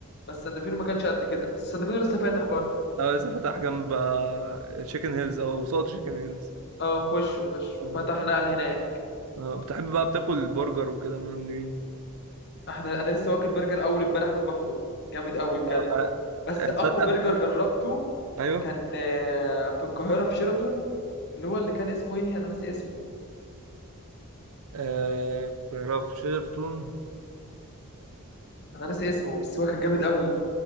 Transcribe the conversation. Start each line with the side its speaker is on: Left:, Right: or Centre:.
Left: بس سندفينو ما كانش قد كده بس سندفينو لسه فاتح برضه
Right: اه لسه فاتح جنب تشيكن هيلز او قصاد تشيكن هيلز
Left: اه في وشه في وشه
Right: اه
Left: فتح نقل هناك
Right: اه بتحب بقى بتاكل برجر وكده من عند مين؟
Left: احنا انا لسه واكل برجر اول امبارح من بافلو جامد قوي بجد
Right: اه
Left: بس
Right: اه،
Left: اقوى
Right: تصدق
Left: برجر جربته
Right: ايوه
Left: كان آه، في القاهره في شيراتون اللي هو اللي كان اسمه ايه انا ناسي اسمه
Right: اه كرافت شيرتون
Left: انا ناسي اسمه بس هو كان جامد قوي